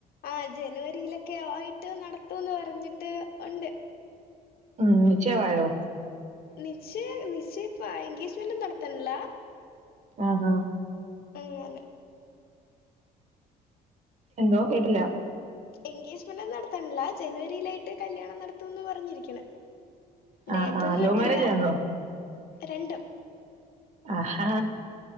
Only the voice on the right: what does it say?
ഉം നിശ്ചയം ആയോ
ആഹ് ആഹ്
എന്തോ കേട്ടില്ല
ആ
ആ
ലവ്
മാരേജ് ആന്നോ
ആഹാ